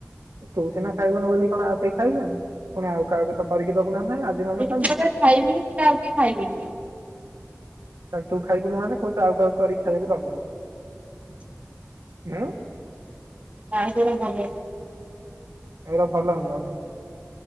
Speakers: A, on the right; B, on the right.
A: ତୁ ସିନା ଖାଇବୁନି ବୋଲି କଣ ଆଉ କେହି ଖାଇବେନି? ପୁଣି ଆଉ କାହାକୁ ତ କରିକି ଦବୁ ନା ନାହିଁ ଆଜି ନହେଲେ
B: ଯୋଉଟା
A: କାଲି?
B: ଖାଇବେନି ସେଟା ଆଉ କେହି ଖାଇବେନି।
A: ତାହାଲେ ତୁ ଖାଇବୁନୀ ମାନେ କହୁଛୁ ଆଉ କାହାକୁ କରିକି ସେ ଖେଳିବାକୁ ଦବୁନି ହୁଁ?
B: ନା ସେଟା ଭଲ ନୁହ।
A: ଏଗୁରା ଭଲ ନୁହଁ।